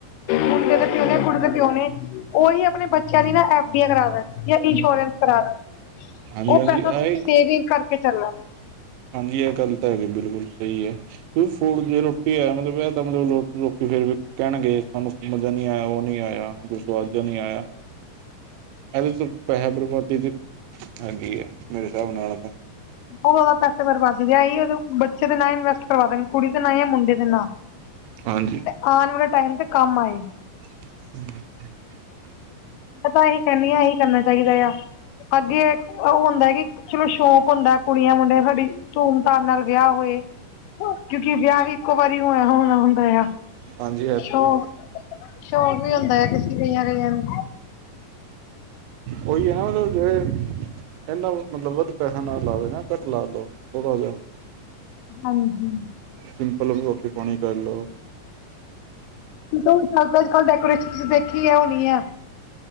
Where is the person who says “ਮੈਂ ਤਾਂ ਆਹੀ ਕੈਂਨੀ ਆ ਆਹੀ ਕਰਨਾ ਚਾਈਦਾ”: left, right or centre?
Left